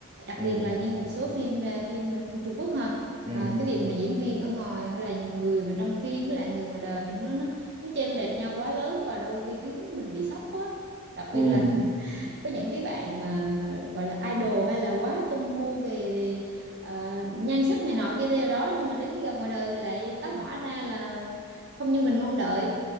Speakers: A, on the right (about 50°); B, on the right (about 25°).
A: đặc
B: ừ
A: biệt là như một số phim à, phim à, phim Trung Quốc ha
B: ừ
A: à, cái việc mà diễn viên ở ngoài hay là người mà trong phim với lại người ngoài đời nó nó nó chênh lệch nhau quá lớn và đôi khi khiến mình bị sốc quá đặc
B: ừ
A: biệt là <laughs> có những cái bạn mà gọi là idol hay là quá tung hô về về ờ, nhan sắc này nọ kia theo đó nhưng mà đến khi gặp ngoài đời thì lại tá hỏa ra là không như mình mong đợi